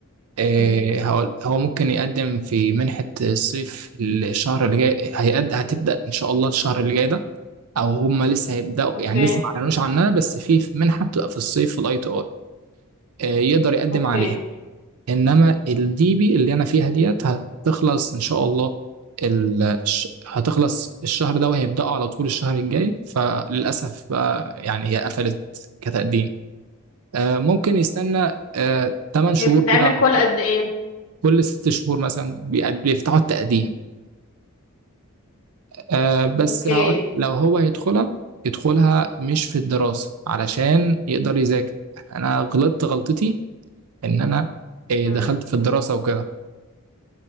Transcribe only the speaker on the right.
إيه
هقول هو ممكن يقدم في منحة الصيف الشهر اللي جاي هيقد... هتبدأ إن شاء الله الشهر اللي جاي ده أو هما لسه هيبدأوا
يعني لسه ما أعلنوش عنها بس في في منحة بتبقى في الصيف في الأي تي أي يقدر يقدم
عليها إنما الدي بي اللي أنا فيها ديت هتخلص إن شاء الله ال... الش- هتخلص الشهر ده وهيبدأوا على طول الشهر الجاي فللأسف بقى يعني هي قفلت كتقديم آه، ممكن يستنى 8 شهور
كده ولا
حاجه
كل ست شهور مثلا بي- بيفتحوا التقديم آه، بس
هقول لو هو يدخلها يدخلها مش في الدراسه علشان يقدر يذاكر انا غلطت غلطتي ان انا آه،
دخلت في الدراسه وكده